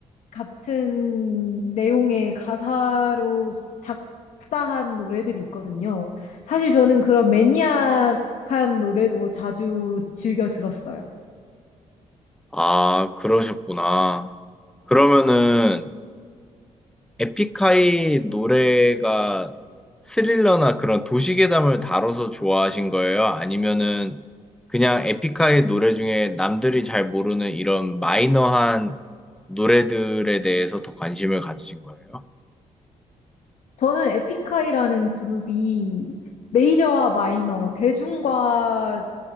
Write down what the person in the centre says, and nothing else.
아, 그러셨구나. 그러면은 에픽하이 노래가 스릴러나 그런 도시괴담을 다뤄서 좋아하신 거예요? 아니면은 그냥 에픽하이 노래 중에 남들이 잘 모르는 이런 마이너한 노래들에 대해서 더 관심을 가지신 거예요?